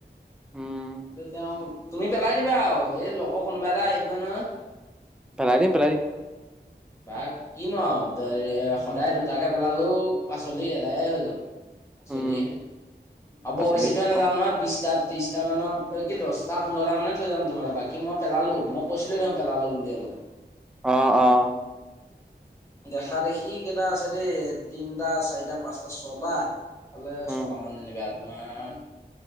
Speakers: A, in the centre; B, on the left.
A: উম
B: কি তেওঁ তুমি পেলাই দিবা আৰু এই লগৰ কোনোবা এটা আহিব ন
A: পেলাই দিম পেলাই দিম
B: বা কিনো সদায়
A: উম
B: দুটাকে পেলালেও পাচলি এদায়ে হৈ যাব পাচলিয়ে
A: উম
B: আৰু
A: পাচলি
B: বৰ বেছি থৈ
A: খতম
B: নাযাওঁ নহয় বিশটা ত্ৰিশটা মানৰ কি দহটা পোন্ধৰটা মানে থৈ যাম তোমাল বাকী মই পেলালো মই কৈছিলো দে পেলালো বুলি অলপ
A: অ অ
B: দেখা দেখি কেইটা আছে দেই তিনটা চাৰিটা পাঁচটা ছটা এইফালে
A: উম
B: ছটা অ যেনিবা তোমাৰ